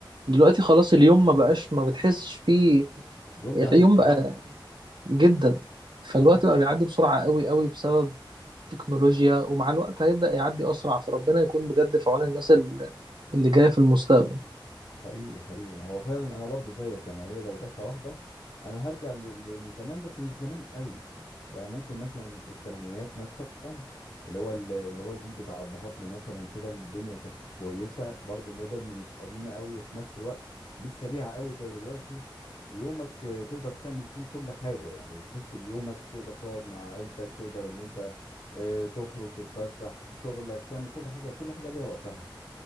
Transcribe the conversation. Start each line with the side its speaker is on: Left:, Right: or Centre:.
Right: دلوقتي خلاص اليوم ما بقاش ما بتحسش فيه
Left: اليوم
Right: اليوم
Left: بيعدي بسرعة
Right: بقى
Left: جدا
Right: جدا فالوقت
Left: اه
Right: بقى بيعدي بسرعة قوي قوي بسبب التكنولوجيا ومع الوقت هيبدأ يعدي أسرع فربنا يكون بجد في عون الناس ال- اللي جاية في المستقبل
Left: حقيقي حقيقي هو فعلا انا برضو زيك انا هي لو رحله واحده انا هرجع ل- ل- لزمان بس مش زمان قوي يعني ممكن مثلا الثمانينات مثلا اللي هو ال- اللي هو الجيل بتاع ابهاتنا مثلا كده الدنيا كانت كويسه برضو مودرن مش قديمه قوي وفي نفس الوقت مش سريعه قوي زي دلوقتي يومك آه، تقدر تعمل فيه كل حاجه يعني بتحس بيومك تقدر تقعد مع عيلتك تقدر ان انت آه، تخرج تتفسح في شغلك تعمل كل حاجه كل حاجه ليها وقتها